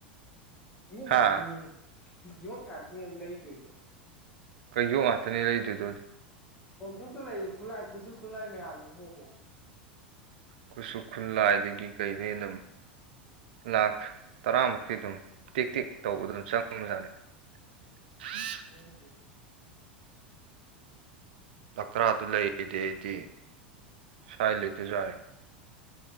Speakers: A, on the left; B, on the right.
A: ꯌꯣꯠ
B: ꯍꯥ
A: ꯉꯥꯛꯇꯅꯤ ꯌꯣꯠ ꯉꯥꯛꯇꯅꯦ ꯂꯩꯗꯣꯏꯗꯣ
B: ꯀꯩ ꯌꯣ ꯉꯥꯛꯇꯅꯦ ꯂꯩꯗꯣꯏꯗꯣꯗꯤ
A: ꯋꯥꯛꯁ‌ꯣꯛꯇ ꯂꯩꯕꯥ ꯈꯨꯠꯂꯥꯏ ꯈꯨꯠꯁꯨ ꯈꯨꯠꯂꯥꯏ ꯃꯌꯥꯝꯗꯨ ꯕ‌ꯣ ꯕꯣ
B: ꯈꯨꯠꯁꯨ ꯈꯨꯜꯂꯥꯏꯗꯒꯤ ꯀꯩꯗꯩ ꯑꯗꯨꯝ ꯂꯥꯛ ꯇꯔꯥꯃꯨꯛꯇꯤ ꯑꯗꯨꯝ ꯇ‌ꯦꯛ ꯇ‌ꯦꯛ ꯇꯧꯕꯗꯥ ꯑꯗꯨꯝ ꯆꯪꯉꯕꯖꯥꯅꯤ <inaudible>
A: ꯆꯪꯗ‌ꯦ
B: ꯄꯀꯔꯥ ꯗꯨ ꯂꯩꯔꯗꯤ ꯑꯩꯗꯤ ꯁ꯭ꯋꯥꯏ ꯂꯩꯇꯔꯖꯨ ꯌꯥꯔꯦ